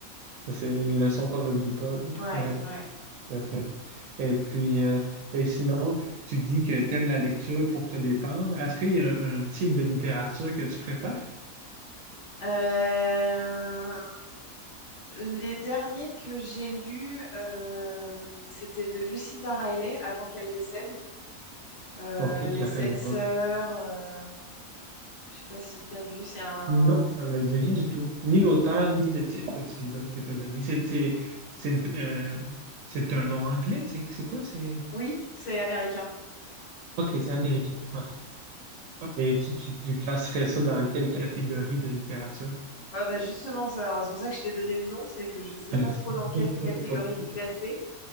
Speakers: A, on the right; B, on the left.
A: Ça, c'est une leçon qu'on n'oublie pas, là.
B: Ouais,
A: Ouais,
B: ouais.
A: tout à fait. Et puis, euh, et sinon, tu dis que tu aimes la lecture pour te détendre. Est-ce qu'il y a un, un type de littérature que tu préfères?
B: Euh, Les derniers que j'ai lus, euh, c'était de Lucinda Riley avant qu'elle décède. Euh,
A: Ok,
B: Les
A: je la
B: Sept
A: connais pas.
B: Sœurs, euh, je sais pas si t'as vu, c'est un...
A: Non, ça ne me dit rien du tout. Ni l'auteur,
B: Voilà.
A: ni le titre que tu donnes- que t'as donné. C'est c'est- c'est une- euh, c'est un nom anglais? C'est c'est quoi? C'est...
B: Oui, c'est américain.
A: OK, c'est américain. OK. Et tu, tu, tu classerais ça dans quelle catégorie de littérature?
B: Ouais, bah justement, ça- c'est pour ça que je t'ai donné le nom, c'est que je sais
A: <laughs>
B: pas trop dans quelle catégorie
A: C'est compliqué.
B: le classer.